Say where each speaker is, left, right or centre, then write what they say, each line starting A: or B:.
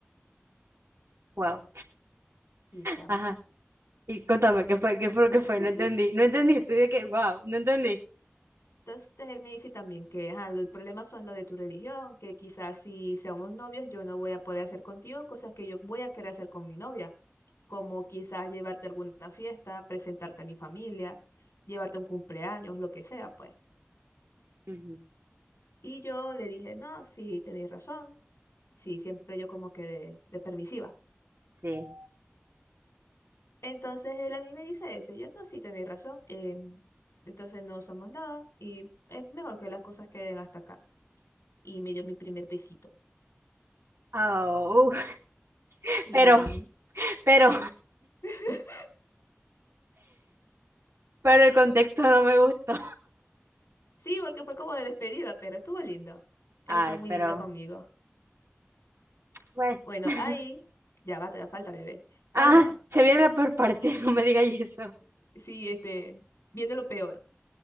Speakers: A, on the right; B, on the left.
A: wow.
B: y chama.
A: Ajá. Y contame, ¿qué fue? ¿Qué fue lo que
B: <laughs>
A: fue? No entendí. No entendí. Estoy de que, wow, no entendí.
B: Entonces él me dice también que ajá, lo- el problema son lo de tu religión, que quizás si seamos novios yo no voy a poder hacer contigo cosas que yo voy a querer hacer con mi novia, como quizás llevarte a alguna fiesta, presentarte a mi familia, llevarte a un cumpleaños, lo que sea, pues.
A: Ujú.
B: Y yo le dije, no, sí, tenéis razón. Sí, siempre yo como que de, de permisiva.
A: Sí.
B: Entonces él a mí me dice eso. Yo, no, sí, tenéis razón. em, entonces no somos nada y es mejor que las cosas queden hasta acá. Y me dio mi primer besito.
A: Oh, <laughs>
B: Sí,
A: pero, pero,
B: <laughs>
A: pero el contexto no me gustó.
B: sí, porque fue como de despedida, pero estuvo lindo. Él
A: Ay,
B: fue muy
A: pero,
B: lindo conmigo.
A: bueno.
B: Bueno,
A: <laughs>
B: ahí, ya va, te da falta, bebé. Calma.
A: Ah, se viene la peor parte, <laughs> no me digas eso.
B: Sí, este, viene lo peor.